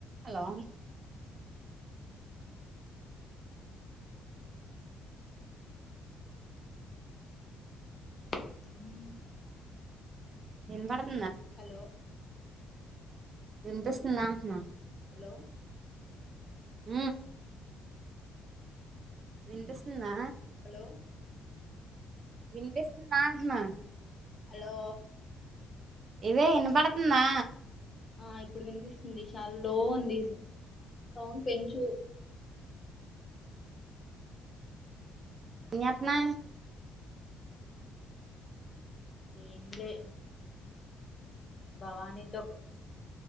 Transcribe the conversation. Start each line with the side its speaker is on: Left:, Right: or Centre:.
Right: hello
Left: హ <inaudible>
Right: ఎవడ <inaudible>
Left: hello
Right: వినిపిస్తుంద అంటున్నా
Left: హలో
Right: హ వినిపిస్తుందా
Left: హలో <inaudible>
Right: వినిపిస్తున్నా అన్నా
Left: హలో
Right: ఇదే ఇన్న పడుతుందా
Left: ఆ ఇప్పుడు వినిపిస్తుంది చాలా లో ఉంది సౌండ్ పెంచు
Right: ఎంచేస్తన
Left: ఏం లె భవానీతో